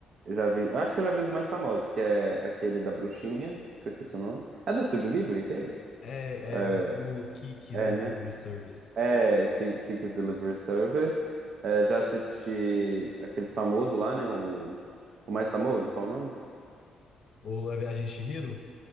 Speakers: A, on the right; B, on the left.
A: já vi, eu acho que eu já vi os mais famosos, que é aquele da bruxinha, que eu esqueci o nome. É do Estúdio Ghibli, aquele?
B: É,
A: É,
B: é o Kiki's
A: é,
B: Delivery
A: né?
B: Service,
A: É, Ki- Kiki's Delivery Service. É, já assisti aqueles famosos lá, né? O, o mais famoso, qual é o nome?
B: ou A Viagem de Chihiro.